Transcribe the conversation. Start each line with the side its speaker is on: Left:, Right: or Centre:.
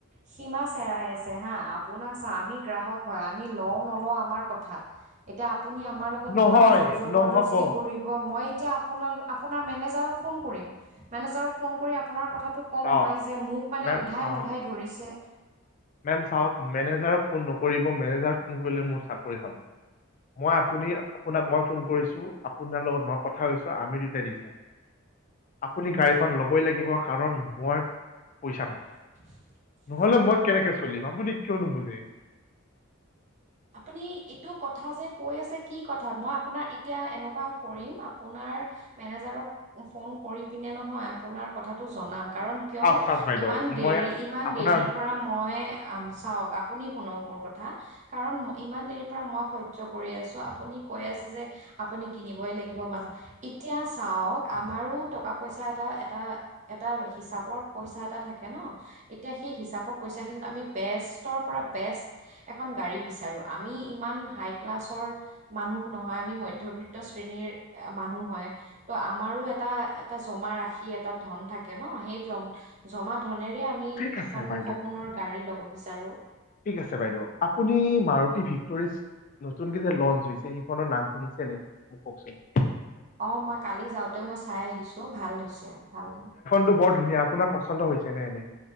Right: সীমা চেৰাই আছে হা! আপোনাৰ চা আমি গ্ৰাহক হয় আমি লও নলওঁ আমাৰ কথা। এতিয়া আপুনি আমাৰ লগত
Left: নহয়
Right: ইমান জোৰ জবৰদস্তি
Left: নহ'ব
Right: কৰি ব মই এতিয়া আপোন আপোনাৰ মেনেজাৰক ফোন কৰিম। মেনেজাৰক ফোন কৰি আপোনাৰ কথাটো ক'ম
Left: অ
Right: মই যে মোক মানে
Left: মেম
Right: উধাই
Left: চাওক
Right: মুধাই ধৰিছে।
Left: মেম চাওক মেনেজাৰক ফোন নকৰিব মেনেজাৰক ফোন কৰিলে মোৰ চাকৰি খাব। মই আপুনি আপোনাক মই ফোন কৰিছো আপোনাৰ লগত মই কথা হৈছো আমি দুটাই দিছো। আপুনি গাড়ীখন ল'বই লাগিব কাৰণ মই পইচা পাম।
Right: <inaudible>
Left: নহলে মই কেনেকে চলিম আপুনি কিয় নুবুজি? <inaudible>
Right: আপুনি এইটো কথা যে কৈ আছে কি কথা মই আপোনাৰ এতিয়া এনেকোৱা কৰিম আপোনাৰ মেনেজাৰক ফোন কৰি পিনে নহয় আপোনাৰ কথাটো জনাম কাৰণ কিয়
Left: চাওক চাওক বাইদেউ
Right: ইমান দেৰি
Left: মই
Right: ইমান
Left: আপোনাৰ
Right: দেৰিৰ পৰা মই আম চাওক আপুনি শুনক মোৰ ক থা কাৰণ ইমান দেৰি পৰা মই সহ্য কৰি আছো আপুনি কৈ আছে যে আপুনি কিনিবই লাগিব মাজত এতিয়া চাওক আমাৰো টকা পইচা এটা এটা এটা হিচাপৰ পইচা এটা থাকে ন। এতিয়া সেই হিচাপৰ পইচা খিনিত আমি বেষ্টৰ পৰা বেষ্ট এখন গাড়ী বিচাৰো আমি ইমান হাই ক্লাছৰ মানুহ নহয় আমি মধ্যবিত্ত শ্ৰেণীৰ মানুহ হয়। ত আমাৰো এটা এটা জমা ৰাখি এটা ধন থাকে ন সেই জম জমা ধনেৰে আমি
Left: ঠিক আছে
Right: এখন
Left: বাইদেউ
Right: সপোনৰ গাড়ী ল'ব বিচাৰো
Left: ঠিক আছে বাইদেউ আপুনি মাৰুতি ভিক্টৰিছ নতুনকে যে লঞ্চ হৈছে সেইখনৰ নাম শুনিছে নে মোক কওকচোন।
Right: অ মই কালি যাওতে মই চাই আহিছো ভাল হৈছে ভাল লা
Left: টো বৰ ধুনীয়া আপোনাৰ পচন্দ হৈছে নে এনে।